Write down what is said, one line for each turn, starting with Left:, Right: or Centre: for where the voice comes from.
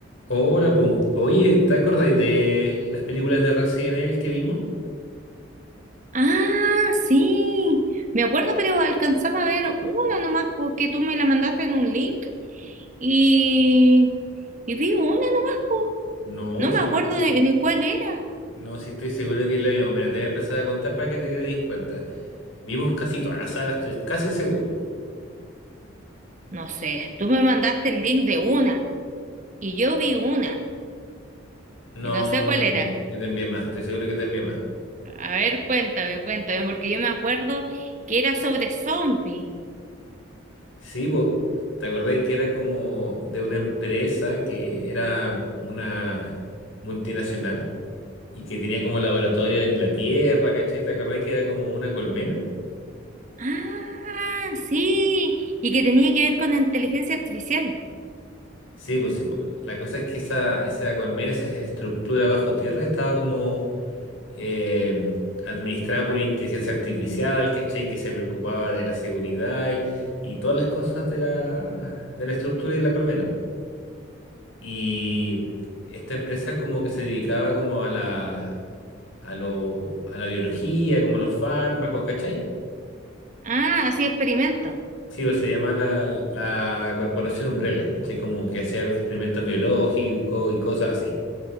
Left: Hola, pum. Oye, ¿te acordáis de las películas de Resident Evil que vimos?
Right: Ah, sí. Me acuerdo, pero alcanzaba a ver una nomás, porque tú me la mandaste en un link y, y vi una nomás, po.
Left: No,
Right: No
Left: sí,
Right: me acuerdo de, ni cuál era.
Left: no, sí estoy seguro que la vimos. Mira, te voy a empezar a contar para que te quedes cuenta. Vimos casi toda la saga, estoy casi seguro.
Right: No sé, tú me mandaste el link de una y yo vi una
Left: No,
Right: y no sé cuál
Left: no,
Right: era.
Left: no, yo te envié más, estoy seguro que te envié más.
Right: A ver, cuéntame, cuéntame, porque yo me acuerdo que era sobre zombies.
Left: Sí, po, ¿te acordáis que era como de una empresa que era una multinacional y que tenía como laboratorio en la Tierra, ¿cachai? ¿Te acordáis que era como una colmena?
Right: Ah, sí, y que tenía que ver con la inteligencia artificial.
Left: Sí, pues sí, pues. La cosa es que esa, esa colmena, esa estructura bajo tierra, estaba como eh, administrada por una inteligencia artificial, ¿cachai? Que se preocupaba de la seguridad y, y todas las cosas de la, de la estructura y de la colmena, pues. Y esta empresa como que se dedicaba como a la, a lo, a la biología, como los fármacos, ¿cachai?
Right: Ah, así experimento.
Left: Sí, pues se llama la, la Corporación Umbrella, ¿cachai? Como que hacía experimentos biológicos y cosas así.